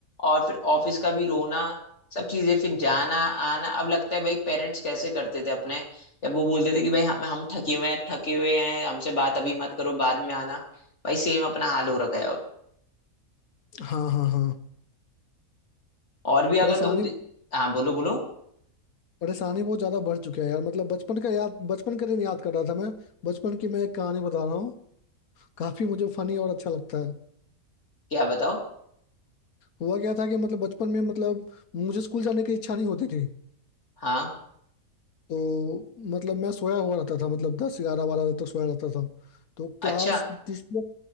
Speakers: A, on the left; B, on the left.
A: और फिर ऑफिस का भी रोना सब चीजें फिर जाना आना अब लगता है भाई पेरेंट्स कैसे करते थे अपने जब वो बोलते थे कि भाई हम हम थके हुए हैं थके हुए हैं हमसे बात अभी मत करो बाद में आना भाई सेम अपना हाल हो रखा है अब
B: हाँ हाँ हाँ
A: और भी
B: परेशानी
A: अगर तुम हाँ बोलो बोलो
B: परेशानी बहुत ज्यादा बढ़ चुकी है यार मतलब बचपन का याद बचपन का दिन याद कर रहा था मैं बचपन की मैं एक कहानी बता रहा हूँ काफी मुझे फनी और अच्छा लगता है
A: क्या बताओ
B: हुआ क्या था कि मतलब बचपन में मतलब मुझे स्कूल जाने की इच्छा नहीं होती थी
A: हाँ
B: तो मतलब मैं सोया हुआ रहता था मतलब दस ग्यारह बारह बजे तक सोया रहता था तो
A: अच्छा
B: क्लास तीसरी